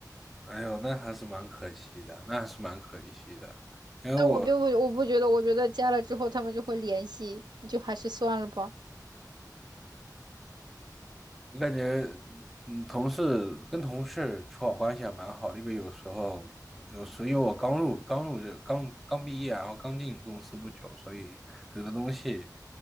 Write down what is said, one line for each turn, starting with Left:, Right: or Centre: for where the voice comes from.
Centre: 哎呦，那还是蛮可惜的，那还是蛮可惜的，因为我
Right: 那我并不，我不觉得，我觉得加了之后他们就会联系，就还是算了吧。
Centre: 感觉，嗯，同事跟同事处好关系还蛮好的因为有时候，有时候因为我刚入刚入这刚刚毕业，然后刚进公司不久，所以很多东西，